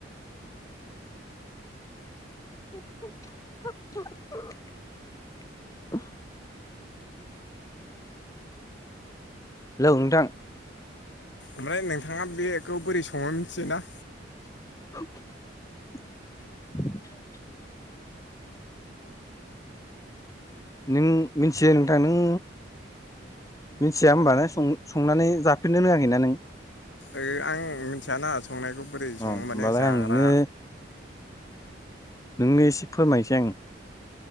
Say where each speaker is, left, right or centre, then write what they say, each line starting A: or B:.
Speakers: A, on the left; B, on the left.
A: <unintelligible> लौ नोंथां।
B: ओमफ्राय नोंथाङा बेखौ बोरै सङो मिथियोना?
A: <inaudible> <inaudible> नों मिथियो नोंथां नों मिथिया होमबाना सं संनानै जा फिननो रोङाखैना नों?
B: ओ आं मिनथियाना। संनायखौ बोरै
A: अ
B: सङो माने
A: होमबालाय
B: जाग्रा।
A: आं नोंनो नोंनो इसे फोरमायसै आं